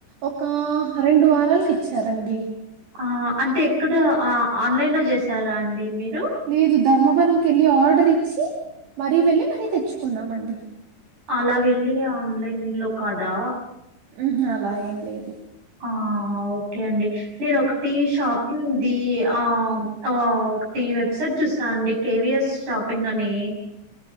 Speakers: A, on the right; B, on the right.
A: ఒక రెండు వారాలకు ఇచ్చారండి
B: ఆ అంటే ఎక్కడ ఆ ఆన్లైన్ లో చేసారా అండి మీరు
A: లేదు ధర్మవరం కెళ్ళి ఆర్డర్ ఇచ్చి మరీ వెళ్ళి మరీ తెచ్చుకున్నామండి
B: అలా వెళ్ళి ఆన్లైన్ లో కాదా
A: ఆహా అలా ఏం లేదు
B: ఆ అవు ఓకే అండి నేను ఒకటి షాపింగ్ది ఆ ఆ ఒకటి వెబ్సైట్ చూ సా అండి కేవిఎస్ షాపింగ్ అని